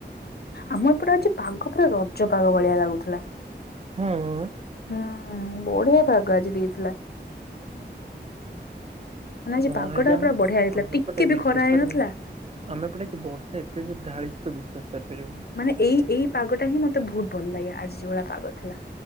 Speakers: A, on the left; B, on the right.
A: ଆମ ଏପଟେ ଆଜି ପାଗ ପୁରା ରଜ ପାଗ ଭଳିଆ ଲାଗୁଥିଲା।
B: ହୁଁ।
A: ହୁଁ ବଢିଆ ପାଗ ଆଜି ଦେଇଥିଲା। ମାନେ ଆଜି
B: ହଁ
A: ପାଗ ଟା
B: ଆମ
A: ପୁରା ବଢିଆ ହେଇଥିଲା।
B: ଆମ
A: ଟିକେ
B: ଏପଟେ
A: ବି
B: ବିଶ୍ୱାସ
A: ଖରା ହେଇନଥିଲା।
B: କରିବୁନୁ ଆମ ଏପଟେ ଆଜି ବର୍ଷା ଏତେ ଜୋରେ ଢାଳିଚି ତୁ ବିଶ୍ବାସ କରିପାରିବୁନି।
A: ମାନେ ଏଇ ଏଇ ପାଗଟା ହିଁ ମତେ ବହୁତ ଭଲ ଲାଗେ ଆଜି ଯୋଉ ଭଳିଆ ପାଗ ଥିଲା।